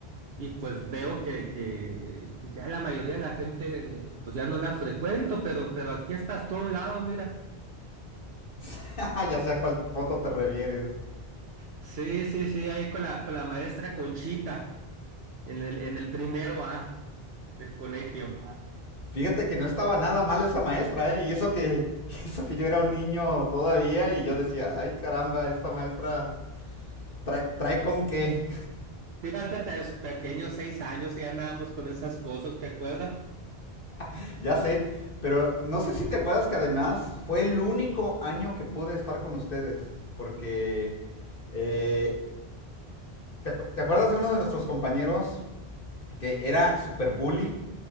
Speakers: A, on the right; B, on the left.
A: y pues veo que, que, que ya la mayoría de la gente, pues ya no la frecuento, pero, pero aquí estás tú a un lado, mira.
B: <laughs> ya sé a cuál foto te refieres.
A: Sí, sí, sí, ahí con la, con la maestra Conchita, en el, en el primero A del colegio.
B: Fíjate que no estaba nada mal esa maestra, ¿eh? Y eso que, <laughs> eso que yo era un niño todavía y yo decía, ay caramba, esta maestra trae, trae con qué.
A: Fíjate, te- pequeños seis años y andábamos con esas cosas, ¿te acuerdas?
B: <laughs> ya sé, pero no sé si te acuerdas que además fue el único año que pude estar con ustedes, porque eh, ¿te, acu- te acuerdas de uno de nuestros compañeros que era super bully